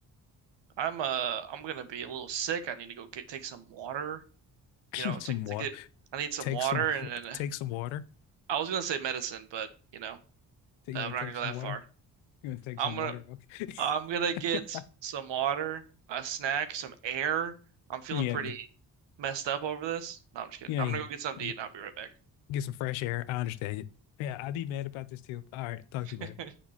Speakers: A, on the right (about 60°); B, on the left (about 75°).
A: I'm uh I'm gonna be a little sick. I need to go get take some water.
B: <laughs>
A: You know,
B: Some
A: to
B: water.
A: to get I need some
B: Take
A: water
B: some. <laughs> wa-
A: and then
B: Take some water.
A: I was gonna say medicine, but you know,
B: You
A: uh,
B: gonna
A: I'm not
B: take
A: gonna go
B: some
A: that
B: water?
A: far.
B: You gonna take
A: I'm
B: some
A: gonna
B: water? Okay.
A: I'm gonna get
B: <laughs>
A: some water, a snack, some air. I'm feeling
B: Yeah.
A: pretty
B: y-
A: messed up over this. No, I'm just kidding.
B: Yeah.
A: I'm
B: y-
A: gonna go get something
B: y-
A: to eat and I'll be right back.
B: Get some fresh air. I understand it. Yeah, I'd be mad about this too. All right. Talk
A: <laughs>
B: to you later.